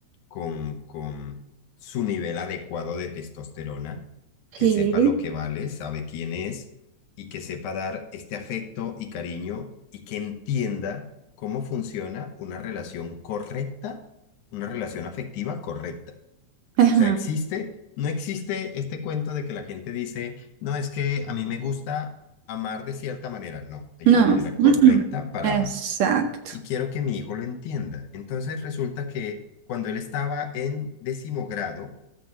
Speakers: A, on the left; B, on the right.
A: con, con su nivel adecuado de testosterona,
B: sí.
A: que sepa lo que vale, sabe quién es y que sepa dar este afecto y cariño y que entienda cómo funciona una relación correcta, una relación afectiva correcta
B: Ajá,
A: o sea, existe, no existe este cuento de que la gente dice, no, es que a mí me gusta amar de cierta manera. No, hay
B: no,
A: una manera
B: mm,
A: correcta
B: mm,
A: para
B: Exacto.
A: amar y quiero que mi hijo lo entienda. Entonces resulta que cuando él estaba en décimo grado,